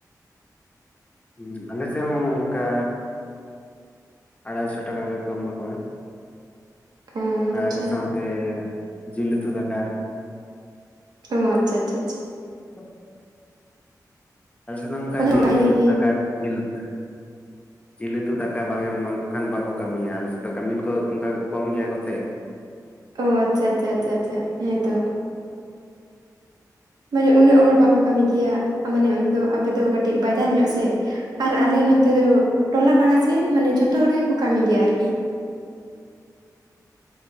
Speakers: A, on the left (about 20°); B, on the right (about 80°).
A: ᱦᱩᱸ ᱟᱞᱮ ᱥᱮᱫ ᱦᱚᱸ ᱚᱱᱠᱟ ᱟᱲᱟᱭᱥᱚ ᱴᱟᱠᱟ ᱜᱟᱱ ᱠᱚ ᱮᱢᱟ ᱠᱚᱣᱟ
B: ᱚ ᱟᱪᱪᱷᱟ
A: ᱟᱨ ᱥᱟᱶᱛᱮ ᱮᱸ ᱡᱤᱞ ᱩᱛᱩ ᱫᱟᱠᱟ ᱾
B: ᱚ ᱟᱪᱪᱷᱟ ᱟᱪᱪᱷᱟ ᱟᱪᱪᱷᱟ ᱾
A: <unintelligible> ᱟᱞᱮ ᱥᱮᱫ ᱫᱚ ᱚᱱᱠᱟ
B: ᱚᱱᱟ
A: ᱡᱤᱞ
B: ᱵᱷᱟᱜᱤ
A: ᱩᱛᱩ
B: ᱜᱮ
A: ᱫᱟᱠᱟ ᱡᱤᱞ ᱩᱛᱩ ᱡᱤᱞ ᱩᱛᱩ ᱫᱟᱠᱟ ᱵᱟᱝ ᱮᱢ ᱮᱢᱟᱠᱚ ᱠᱷᱟᱱ ᱵᱟᱠᱚ ᱠᱟᱹᱢᱤᱭᱟ ᱟᱞᱮᱥᱮᱫ ᱫᱚ ᱠᱟᱹᱢᱤᱱ ᱠᱚ ᱚᱱᱠᱟ ᱠᱚᱢ ᱜᱮᱭᱟ ᱠᱚᱥᱮ ᱾
B: ᱚ ᱟᱪᱪᱷᱟ ᱟᱪᱪᱷᱟ ᱟᱪᱪᱷᱟ ᱟᱪᱪᱷᱟ ᱦᱮᱸ ᱛᱚ ᱾ ᱢᱟᱱᱮ ᱩᱱᱟᱹᱜ ᱦᱚᱲ ᱵᱟᱠᱚ ᱠᱟᱹᱢᱤ ᱜᱮᱭᱟ ᱢᱟᱱᱮ ᱚᱱᱛᱮ ᱟᱯᱮ ᱫᱚ ᱠᱟᱹᱴᱤᱡ ᱵᱟᱡᱟᱨ ᱧᱚᱜ ᱥᱮ ᱟᱨ ᱟᱞᱮ ᱱᱚᱛᱮ ᱫᱚ ᱴᱚᱞᱟ ᱯᱟᱲᱟ ᱥᱮ ᱢᱟᱱᱮ ᱡᱚᱛᱚ ᱦᱚᱲ ᱜᱮᱠᱚ ᱠᱟᱹᱢᱤ ᱜᱮᱭᱟ ᱟᱨᱠᱤ